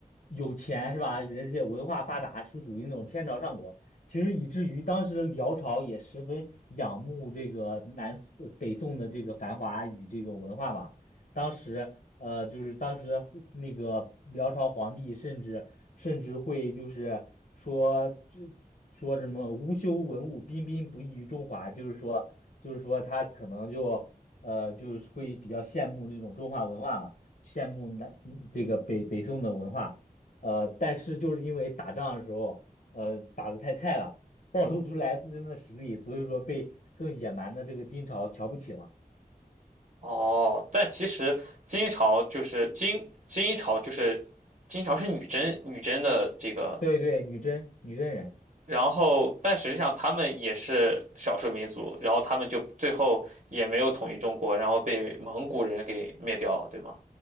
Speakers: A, on the left; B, on the right.
A: 有钱是吧？而且文化发达，是属于那种天朝上国。其实以至于当时的辽朝也十分仰慕这个南呃北宋的这个繁华与这种文化嘛，当时呃，就是当时的后那个辽朝皇帝，甚至甚至会就是说这说什么“无修文物，彬彬不异于中华”，就是说就是说他可能就呃就是会比较羡慕那种中华文化嘛，羡慕南嗯这个北北宋的文化，呃，但是就是因为打仗的时候呃打的太菜了，暴露出来自身的实力，所以说被更野蛮的这个金朝瞧不起了。
B: 哦，但其实金朝就是金金朝就是金朝是女真女真的这个
A: 对对，女真女真人。
B: 然后，但实际上他们也是少数民族，然后他们就最后也没有统一中国，然后被蒙古人给灭掉了，对吗？